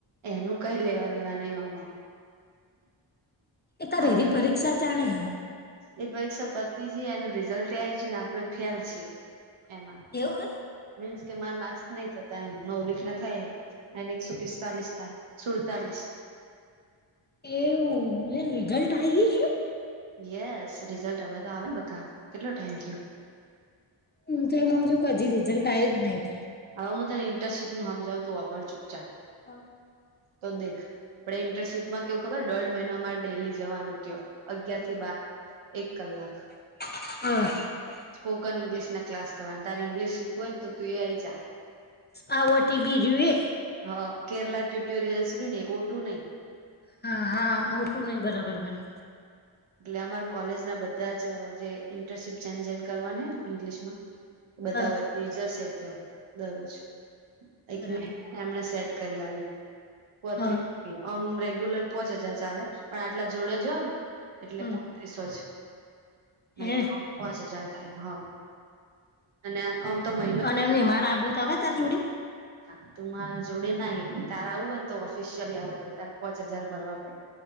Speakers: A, on the right (about 80°); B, on the left (about 25°).
A: એનું કઈ લેવા દેવા નઈ ઓમાં.
B: તો એ રેરી
A: આર્યુ
B: પરીક્ષા ચાલે હે.
A: એ પરીક્ષા પતી જી એનું રિઝલ્ટય આયી જ્યું ને આપણે ફેલ છીએ એમાં.
B: એવું હે.
A: મીન્સ કે મારે માર્ક્સ નઈ જતા એમ મૌલિક ના થાય. એન એકસો પિસ્તાલીસ થાય સુડતાલીસ.
B: એવું હે ને રિઝલ્ટ આયી ગયું.
A: યેસ રિઝલ્ટ હવે તો આવે ને બકા કેટલો ટાઈમ ગયો.
B: હું તો એમ હમજુ કે હજી રિઝલ્ટ આવ્યું જ નહીં.
A: હવે હું તને ઇન્ટર્શીપનું હમજાવું તું હોંભળ ચૂપચાપ.
B: અ.
A: તો દેખ આપણે ઇન્ટર્શીપમાં કેવું ખબર દોઢ મહિનામાં ડેલી જવાનું ત્યોં. અગિયાર થી બાર એક કલાક.
B: <unintelligible>
A: સ્પોકન ઈંગ્લિશ ના ક્લાસ કરવાના તારે ઈંગ્લિશ શીખવુ હોય ને તું એ આઈ જા.
B: આ વટી બીજુએ.
A: હ કેરલા ટ્યુટોરિયલ્સ રયુ ને એ ઓટું નહીં.
B: હા હા ઓટું નઈ બરાબર બને.
A: એટલે અમારા કોલેજના બધા જ જે ઈન્ટર્શીપ જેન જેન કરવાને ઇંગ્લિશ માં. બધા
B: હા
A: હોયથી જશે ત્યો દરરોજ એક
B: બરાબર
A: મે એમને સેટ કરી આલ્યું ગોત્રી
B: હા
A: અમ રેગ્યુલર પોચ હજાર ચાલે પણ આટલા જોડે જો એટલે
B: હમ
A: પચીસો જ નહી
B: હે
A: તો પોચ હજાર થાય હ. અને આમ તો મ
B: અને એમને મારા આ બુટ આવે તારે જોડી.
A: હા તું મારા જોડે નાઈ કે તારે આવું હોય ને તો ઓફિસિયલી આવવું પડે તારે પોચ હજાર ભરવા પડે.